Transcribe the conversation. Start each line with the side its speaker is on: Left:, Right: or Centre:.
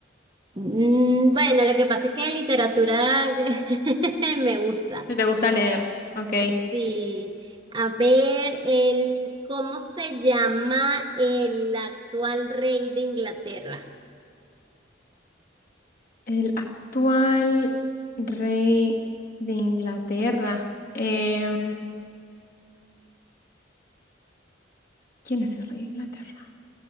Right: Mm, Bueno, lo que pasa es que literatura <laughs> me gusta.
Left: si te gusta leer, ok.
Right: Sí. A ver, el, ¿cómo se llama el actual rey de Inglaterra?
Left: El actual rey de Inglaterra. em, ¿quién es el rey de Inglaterra?